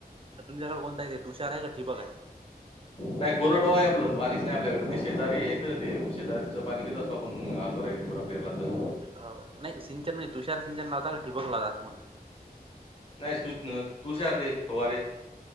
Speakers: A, on the right (about 35°); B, on the left (about 35°).
A: तर तुमच्याकडे कोणताय आहे ते तुषार आहे का ठिपक आहे?
B: नाही कोरडो आहे आपलं पाणीच नाही आपल्याकड ते शेजारी आहेेत ते शेजारीचं पाणी घेत असं आपण हरभराच पेरला तर
A: हो नाही सिंचन नाही तुषार सिंचन लावता का ठिबक लावता असं म्हटलं?
B: नाही सुच तुषार ते फवारे.